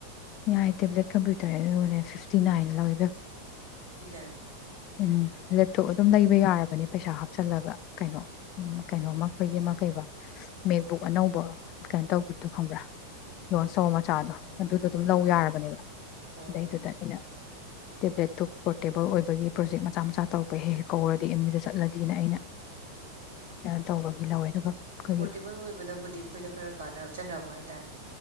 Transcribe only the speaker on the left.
ꯌꯥꯏ ꯇꯦꯕ꯭ꯂꯦꯠ ꯀꯝꯄ꯭ꯌꯨꯇꯔꯅꯦ ꯐꯤꯐꯇꯤ ꯅꯥꯏꯟ ꯂꯧꯋ ꯏꯕꯦꯃ
ꯎꯝ ꯂꯦꯞꯇꯣꯞ
ꯑꯗꯨꯝ ꯂꯩꯕ ꯌꯥꯔꯕꯅꯦ ꯄꯩꯁꯥ ꯍꯥꯞ ꯆꯜꯂꯒ ꯀꯩꯅꯣ
ꯎꯝ ꯀꯩꯅꯣꯃꯥ ꯑꯩꯈꯣꯏꯒꯤ ꯃꯥ ꯀꯩꯕꯥ ꯃꯦꯛꯕꯨꯛ ꯑꯅꯧꯕ ꯀꯩꯅꯣ ꯇꯧꯈꯤꯕꯗꯣ ꯈꯪꯕ꯭ꯔꯥ ꯂꯣꯟꯁ ꯇꯧꯕ ꯃꯆꯥꯗꯣ ꯑꯗꯨꯗꯨ ꯑꯗꯨꯝ ꯂꯧ ꯌꯥꯔꯕꯅꯦꯕ
ꯑꯗꯩꯗꯨꯗꯥ
ꯑꯩꯅꯥ ꯇꯦꯕ꯭ꯂꯦꯠꯇꯨ ꯄꯣꯔꯇꯦꯕꯜ ꯑꯣꯏꯕꯒꯤ ꯄ꯭ꯔꯣꯖꯦꯛ ꯃꯆꯥ ꯃꯆꯥ ꯇꯧꯔꯛꯄ ꯍꯦꯍꯦ ꯀꯧꯔꯗꯤ ꯑꯦꯝ ꯌꯨꯗ ꯆꯠꯂꯗꯤꯅ ꯑꯩꯅ
ꯀꯩꯅꯣ ꯇꯧꯕꯒꯤ ꯂꯧꯋꯦ ꯑꯗꯨꯒ ꯑꯩꯈꯣꯏꯒꯤ